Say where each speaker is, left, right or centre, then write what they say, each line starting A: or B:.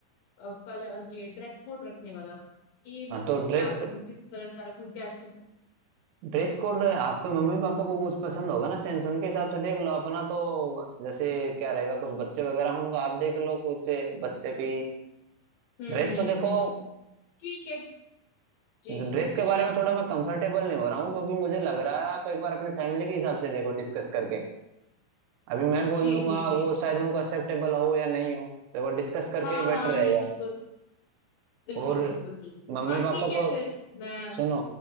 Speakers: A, on the left; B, on the right.
A: अ, कल अ, ये ड्रेस कोड रखने वाला ये
B: हाँ
A: मतलब
B: तो ड्रेस
A: क्या रखूं किस कलर का रखूं क्या अच्छा
B: ड्रेस कोड आपके मम्मी पापा को कुछ पसंद होगा ना सेंस उनके हिसाब से देख लो अपना तो जैसे क्या रहेगा कुछ बच्चे वगैरह हों, उनका आप देख लो कुछ बच्चे की
A: हम्म
B: ड्रेस
A: हम्म
B: तो देखो
A: हम्म हम्म, हम्म। ठीक है जी
B: ड्रेस
A: जी जी
B: के बारे में थोड़ा मैं कंफर्टेबल नहीं हो रहा हूँ क्योंकि मुझे लग रहा है आप एक बार अपनी फैमिली के हिसाब से देखो डिस्कस करके अभी मैं बोल
A: जी
B: दूंगा
A: जी जी
B: वो
A: जी
B: शायद उनको एक्सेप्टेबल हो या नहीं हो देखो डिस्कस करके
A: हाँ
B: बेटर
A: हाँ
B: रहेगा
A: नहीं बिल्कुल बिल्कुल
B: और
A: बिल्कुल बिल्कुल
B: मम्मी
A: हाँ
B: पापा
A: ठीक है
B: को
A: फिर मैं
B: सुनो